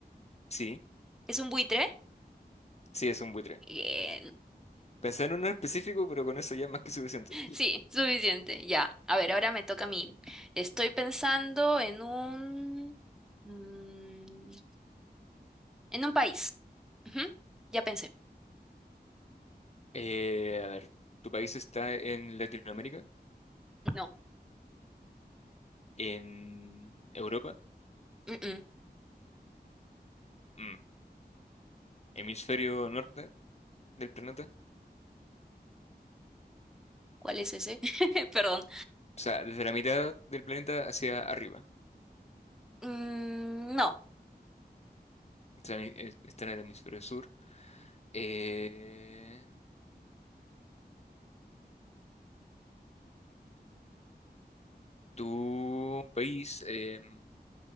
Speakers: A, on the left; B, in the centre.
A: Sí,
B: ¿Es un buitre?
A: sí, es un buitre.
B: Bien. <laughs>
A: Pensé en uno en específico, pero con eso ya es más que suficiente.
B: Sí, suficiente. Ya. A ver, ahora me toca a mí. Estoy pensando en un... mm, En un país. Ujú, Ya pensé.
A: Eh, a ver, ¿tu país está en Latinoamérica?
B: No.
A: ¿En Europa?
B: Mm-mm.
A: Mm, ¿Hemisferio norte del planeta?
B: ¿Cuál es ese? <laughs> Perdón.
A: O sea, desde la mitad del planeta hacia arriba.
B: Mm, no.
A: O sea, mi- eh, está en el hemisferio sur. Eh, ¿tu país em,